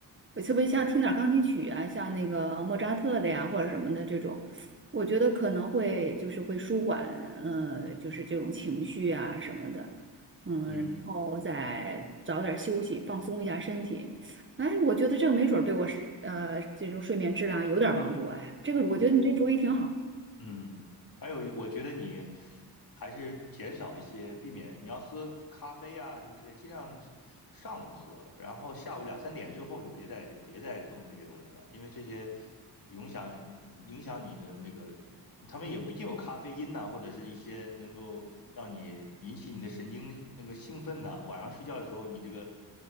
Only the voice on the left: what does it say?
嗯
对，嗯，还有我觉得你还是减少一些，避免你要喝咖啡啊什么之类，尽量上午喝，然后下午两三点之后就别再别再碰这些东西了，因为这些影响影响你的那个。他们也毕竟有咖啡因呐、或者是一些能够让你引起你的神经那个兴奋呐、晚上睡觉的时候，你这个